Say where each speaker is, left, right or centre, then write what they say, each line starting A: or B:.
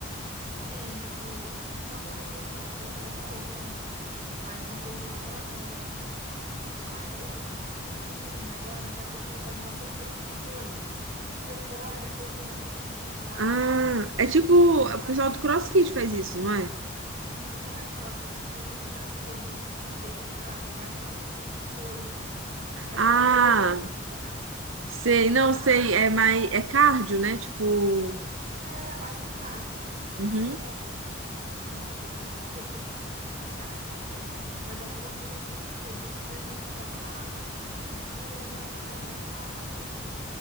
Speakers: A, on the right (about 35°); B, on the right (about 80°).
A: Tem, tipo, uma coisa que eu, go- eu, eu morro fazendo, mas uma coisa que eu gosto é. Ai, eu, nossa, me fugiu o nome agora, mas é aquele que você faz uma sequência de coisas. Você corre, daqui a pouco, daqui a pouco você começa a pular,
B: Ah, é tipo, o pessoal do CrossFit faz isso, não é?
A: mas não é CrossFit, porque não, não é essa coisa de, de peso, sabe? É mais uma sequência de coisas. É
B: Ah,
A: porque agora eu não consigo lembrar.
B: sei, não
A: Ah,
B: sei, é mais, é cardio, né? Tipo,
A: é, mais pro cardio.
B: uhum.
A: Isso, eu, assim, n- não que eu facilidade, eu não tenho, mas é uma coisa que eu me identifiquei. Lembro que no ano passado, das minhas férias, minha, minha mãe estava fazendo.